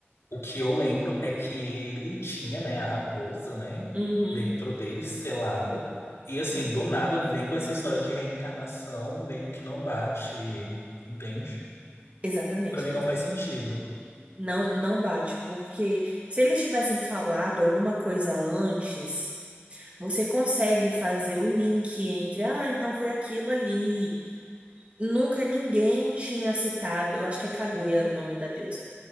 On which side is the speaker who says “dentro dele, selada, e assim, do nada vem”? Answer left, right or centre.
Left